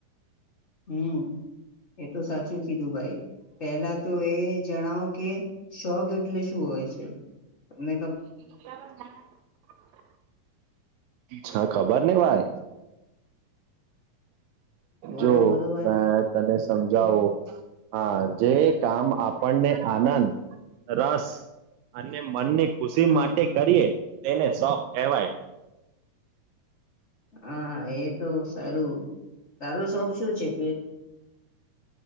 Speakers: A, on the left; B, on the right.
A: હમ એ તો સાચી સીધુભાઈ પેલા તો એ જણાવો કે શોગ એટલે શું હોય છે અને
B: <inaudible> છ ખબર ની ભાઈ
A: બોલો
B: જો
A: બોલો
B: બે તને સમજાવુ.
A: ભાઈ
B: હા, જે કામ આપણને આનંદ રસ અને મનની ખુશી
A: હમ
B: માટે કરીએ તેને શોખ કહેવાય.
A: હા એ તો સારું તારો શોખ શું છે ફેર